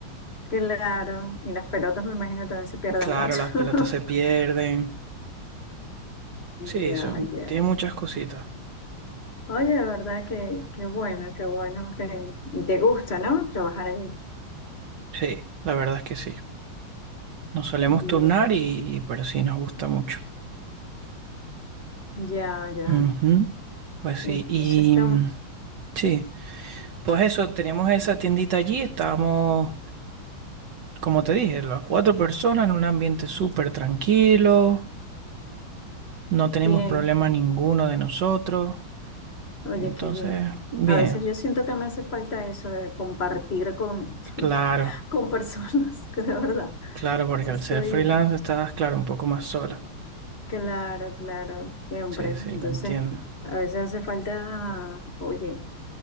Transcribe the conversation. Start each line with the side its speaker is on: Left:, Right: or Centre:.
Left: claro. Y las pelotas me imagino también se pierden
Right: Claro,
Left: mucho.
Right: las pelotas
Left: <laughs>
Right: se pierden. Sí,
Left: Ya,
Right: son,
Left: ya.
Right: tiene muchas cositas.
Left: Oye, de verdad que qué bueno, qué bueno que te gusta, ¿no? Trabajar allí.
Right: Sí, la verdad es que sí. Nos solemos
Left: Bien,
Right: turnar y, pero sí nos gusta mucho.
Left: ya, ya.
Right: Ujú, Pues sí,
Left: Eh,
Right: y
Left: Eso está
Right: mm, sí. Pues eso, tenemos esa tiendita allí, estábamos, como te dije, las cuatro personas en un ambiente súper tranquilo, no tenemos
Left: bien.
Right: problema ninguno de nosotros,
Left: Oye,
Right: entonces,
Left: qué bien.
Right: bien,
Left: A veces yo siento que me hace falta eso de compartir con,
Right: claro,
Left: <laughs> con personas, que de verdad.
Right: claro, porque
Left: Sí
Right: al
Left: Estoy,
Right: ser freelance estás, claro, un poco más sola.
Left: claro, claro, siempre.
Right: Sí, sí,
Left: Entonces,
Right: lo entiendo,
Left: a veces hace falta, oye,